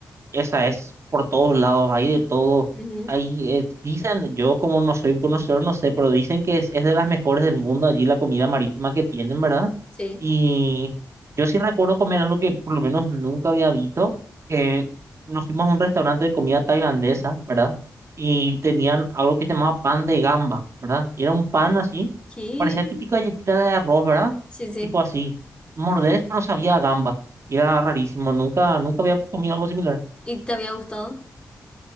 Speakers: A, on the right; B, on the left.
A: esa es por todos lados, hay de todo.
B: Ujú,
A: Hay, eh, dicen, yo como no soy un conocedor, no sé, pero dicen que es, es de las mejores del mundo allí la comida marítima que tienen, ¿verdad?
B: Sí.
A: Y yo sí recuerdo comer algo que por lo menos nunca había visto, que nos fuimos a un restaurante de comida tailandesa, ¿verdad? Y tenían algo que se llamaba pan de gamba, ¿verdad? Y era un pan así,
B: ¿Qué?
A: parecía típica galletita de arroz, ¿verdad?
B: Sí, sí.
A: Tipo así, mordés, pero sabía a gamba. Y era rarísimo, nunca, nunca había comido algo similar.
B: ¿Y te había gustado?